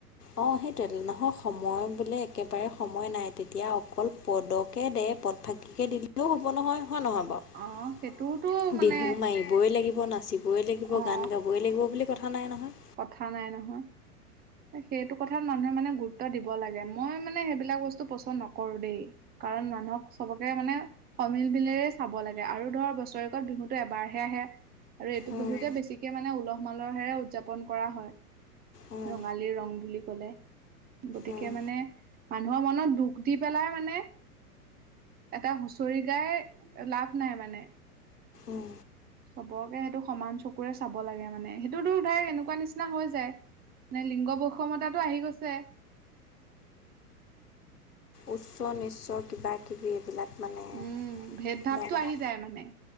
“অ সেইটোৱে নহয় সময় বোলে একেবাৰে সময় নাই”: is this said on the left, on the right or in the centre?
Left